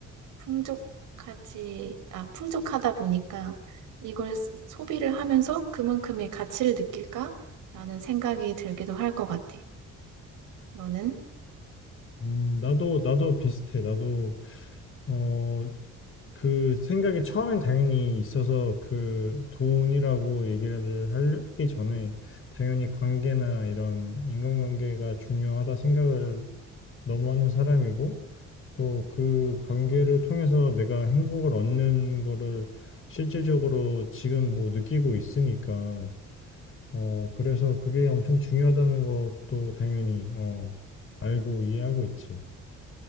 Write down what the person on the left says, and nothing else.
음, 나도 나도 비슷해. 나도 어, 그 생각이 처음엔 당연히 있어서 그 돈이라고 얘기를 할- 하기 전에 당연히 관계나 이런 인간관계가 중요하다 생각을 너무 하는 사람이고 또 그 관계를 통해서 내가 행복을 얻는 거를 실질적으로 지금 뭐 느끼고 있으니까, 어, 그래서 그게 엄청 중요하다는 것도 당연히, 어, 알고 이해하고 있지.